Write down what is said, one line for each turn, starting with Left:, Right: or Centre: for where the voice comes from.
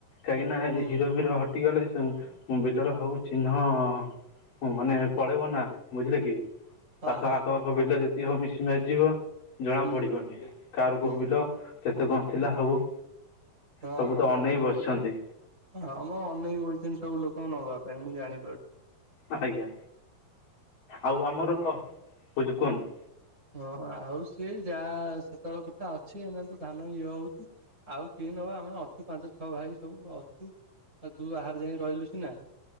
Left: କାହିଁକି ନା
Right: ହୁଁ
Left: ହିରୋମିର ସେଠିକି ଗଲେ ବିଲର ସବୁ ଚିହ୍ନ ହଁ ମାନେ ପଳେଇବ ନା ବୁଝିଲେ କି।
Right: ହଁ
Left: ପାଖ
Right: ହଁ
Left: ଆଖ
Right: ହଁ
Left: ସବୁ ବିଲ ଯେତିକି ହବ ମିଶି ମାସି ଯିବ ଜଣା
Right: ହୁଁ
Left: ପଡିବନି କାହାର
Right: ହୁଁ
Left: କୋଉ ବିଲ। କେତେ କଣ ଥିଲା ସବୁ।
Right: ଅହ
Left: ସବୁ
Right: ହଁ
Left: ତ ଅନେଇ ବସିଛନ୍ତି
Right: ହଁ ମଁ ଅନେଇକି ବଇଚନ୍ତି ସବୁ ଲୋକଙ୍କୁ ନବା ପାଇଁ ମୁଁ ଜାଣିପାରୁଛି।
Left: ଆଜ୍ଞା ଆଉ ଆମର କହୁଛି କୁହନ୍ତୁ।
Right: ହଁ ଆଉ ସିଏ ଯାହା ସେତେବେଳେ କଥା ଅଛି ଏନା ତ ଧାନ ଇଏ ହଉଛି। ଆଉ କିଏ ନବା ଆମେ ଅଛୁ ପାଞ୍ଚ ଛଅ ଭାଇ ସବୁ ଅଛୁ। ଆଉ ତୁ ବାହାରାରେ ଯାଇ ରହିଲେ ସିନା।